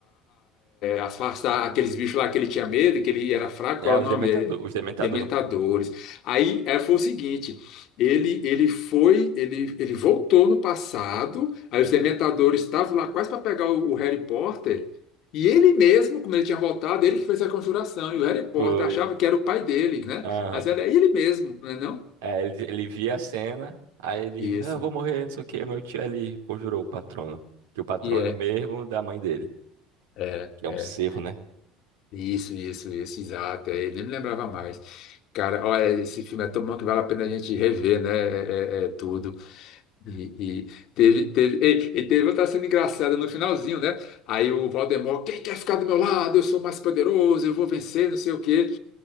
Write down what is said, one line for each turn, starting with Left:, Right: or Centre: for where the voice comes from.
Left: afastar aqueles bichos lá que ele tinha medo, que ele era fraco, qual
Right: É,
Left: era
Right: os
Left: o nome
Right: dementador,
Left: dele?
Right: os dementador.
Left: Dementadores. Aí é, foi o seguinte, ele, ele foi, ele, ele voltou no passado, aí os Dementadores estavam lá quase para pegar o, o Harry Potter, e ele mesmo, como ele tinha voltado, ele que fez a conjuração, e o Harry Potter
Right: Foi.
Left: achava que era o pai dele, né?
Right: Aham.
Left: Mas era ele mesmo, não é não?
Right: É, ele, ele via a cena, aí ele,
Left: Isso.
Right: não, eu vou morrer, não sei o quê. Meu tio ele conjurou o patrono. Que o patrono
Left: E é,
Right: é o mesmo da mãe dele.
Left: é,
Right: Que é
Left: é.
Right: um cervo, né?
Left: Isso, isso, isso, exato. É, nem me lembrava mais. Cara, olha, esse filme é tão bom que vale a pena a gente rever, né? É, é- é tudo. E, e teve, teve, e, e teve outra cena engraçada no finalzinho, né? Aí o Valdemar, quem quer ficar do meu lado? Eu sou mais poderoso, eu vou vencer, não sei o quê.